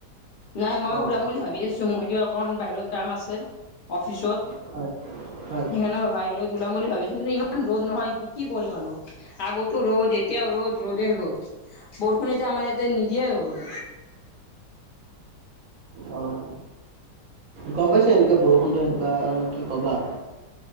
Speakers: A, on the left; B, on the right.
A: নাই মই
B: অঁ
A: উৰাম বুলি ভাবি আছো। মোৰ কিয় অকন বাহিৰত কাম আছে অফিচত
B: হয় হয়
A: সেইকাৰণে বাহিৰত। ওলাম বুলি ভাবিছো কিন্তু ইমান ৰ'দ নহয় কি কৰিম আৰু। আগতো ৰ'দ এতিয়াও ৰ'দ ৰ'দে ৰ'দ বৰষুণ এতি আমাৰ ইয়াতে নিদিয়াই হৈ গ'ল।
B: অহ। গম পাইছে এনেকৈ বৰষুণটো সেনেকুৱা আৰু কি ক'বা।